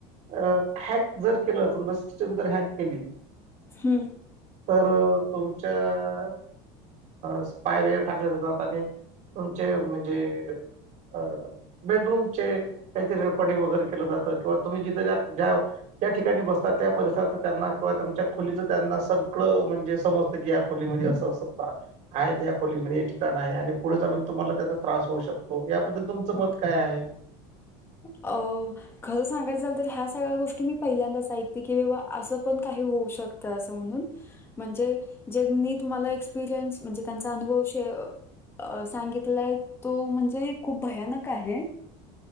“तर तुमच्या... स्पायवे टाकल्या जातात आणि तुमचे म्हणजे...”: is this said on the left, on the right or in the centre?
Right